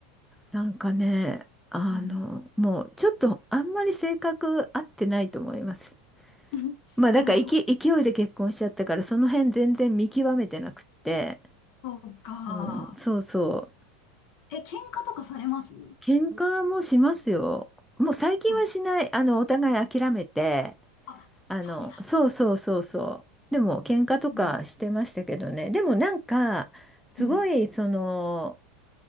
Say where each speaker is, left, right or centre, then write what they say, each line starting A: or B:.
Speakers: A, in the centre; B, on the left.
A: なんかね、あの、
B: はい。
A: もうちょっとあんまり性格合ってないと思います。
B: <laughs>
A: まあだから勢い勢いで結婚しちゃったからその辺全然見極めてなくって、
B: なるほど、そうか。
A: うん、そうそう
B: え、喧嘩とかされます
A: 喧嘩もしますよもう最近はしないあのお互い諦めて
B: ああ、
A: あのそうそうそうそうでも喧嘩とかしてましたけどねでもなんかすごいその
B: そんな。うんうん。